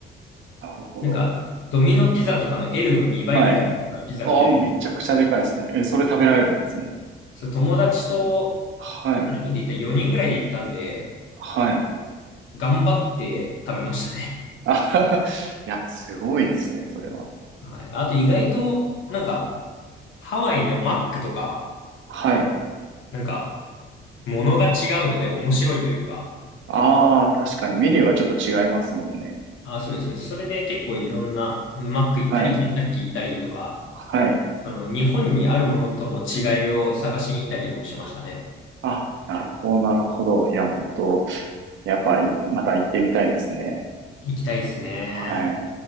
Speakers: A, on the right; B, on the left.
A: なるほど。
B: なんか、ドミノピザとかの L の2倍ぐらいあるようなピザが出てきて、
A: はい。あ、めちゃくちゃでかいですね。え、それ食べられるんですね。
B: そう友達と
A: はい。
B: 何人で行った ?4 人ぐらいで行ったんで、
A: はい。
B: 頑張って食べましたね。
A: <laughs> あはは、いや、すごいですね、それは。
B: はい。あと意外と、なんか、ハワイのマックとか、
A: はい。
B: なんか、ものが違うので面白いというか、
A: ああ、確かにメニューがちょっと違いますもんね。
B: あ、そうです、そうです。それで結構いろんな、マック行ったり、
A: はい。
B: ケンタッキー行ったりとか、
A: はい。
B: その日本にあるものとの違いを探しに行ったりとかもしましたね。
A: あ、なるほど、なるほど。いや、本当やっぱ、いまた行ってみたいですね。
B: 行きたいですね。
A: はい。